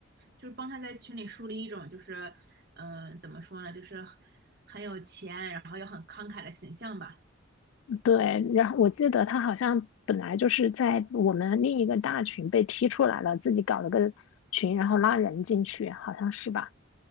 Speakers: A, on the right (about 55°); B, on the left (about 85°).
A: 就是帮他在群里树立一种就是，嗯、怎么说呢，就是很有钱，然后又很慷慨的形象吧。
B: 对，然后我记得他好像本来就是在我们另一个大群被踢出来了，自己搞了个群，然后拉人进去，好像是吧？